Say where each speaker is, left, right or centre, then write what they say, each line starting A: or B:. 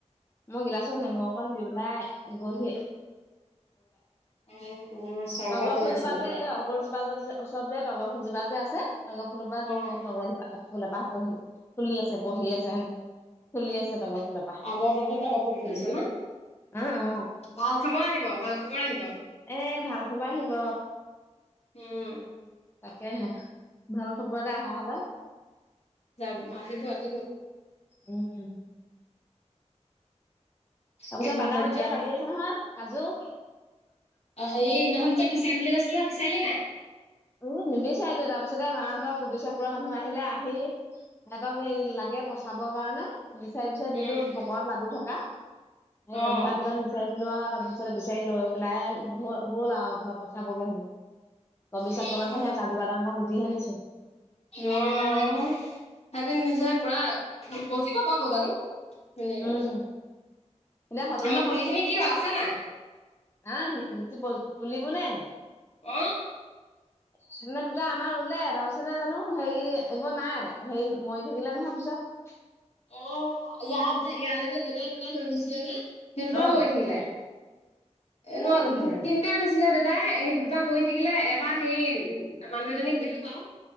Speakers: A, on the left; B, on the left.
A: মোৰ গিলাচত নেমু অকণ দি পেলাই
B: অ', অ', চৰ্বত
A: তগৰ
B: বনাইছে
A: ফুলজোপা
B: মানে
A: যে এ অগৰজোপা যে ওচৰত যে তগৰ ফুলজোপা যে আছে। তগৰ ফুলৰ পৰা
B: অ',
A: এ তগৰ ফুল এপাহ পহী ফুলি আছে পহি আছে ফুলি আছে তগৰ ফুল এপ
B: <unintelligible> ফুলিছে ন।
A: অ অ
B: ভাল খবৰ আহিব-ভাল খবৰ আহিব।
A: এ ভাল খবৰ আহিব
B: উম।
A: তাকেহে ভাল খবৰ এটা অহা হ'লে।
B: যাম আহিব- আহিব।
A: উম। তাৰ
B: কেইদিনমান
A: পিছত বাদাম
B: ধৈৰ্য্য
A: এতিয়া
B: ধৰ।
A: লাগি আছে নহয় কাজু।
B: অ', হেৰি সিনাখন যে বিচাৰিম বুলি কৈছিলে বিচাৰিলে নাই।
A: উম নিবিচাৰিলো তাৰপিছতে মাহঁতৰ অফিচৰ পৰা মানুহ আহিলে আহি সিহঁতক হেৰি লাগে পচাবৰ কাৰণে। বিচাৰি-বিচাৰি দিলো
B: উম,
A: <unintelligible> লাডু থকা এই তেনেকুৱা
B: অ'।
A: কিবা বিচাৰ দিলো আও তাৰপিছত বিচাৰি লৈ পেলাই গ'ল আৰু ঘৰত পচাবগে হেনো। <unintelligible>
B: অ',
A: মানুহে কিবা এটা মই সুধি হে নিছো।
B: অ', সিহঁতে নিজে পুৰা গজিব বাৰু গজাটো। ধুনীয়াকে,
A: উম এতিয়া সদৌ
B: আমাৰ পুলি খিনি কি হ'ল আছে নাই।
A: আ গুটি প পুলিব নে।
B: অ'।
A: <inaudible> মানে দুটা আমাৰ ৰুলে তাৰপিছতে জানো হেৰি এইবোৰ নাই হেৰি মৰি থাকিলে নহয় পিছত।
B: অ', ইয়াত যে ইয়ালৈকে দুটা- দুটা লৈ আহিছিলে যে সেই দুটাও
A: অ
B: মৰি থাকিলে।
A: কেলে
B: ন
A: মৰি থাকিলে
B: দু
A: নো?
B: তিনিটা আনিছিলে দে যাই সেই দুটা মৰি থাকিলে এটা সেই উ মানুহ এজনীক দিলো বাৰু।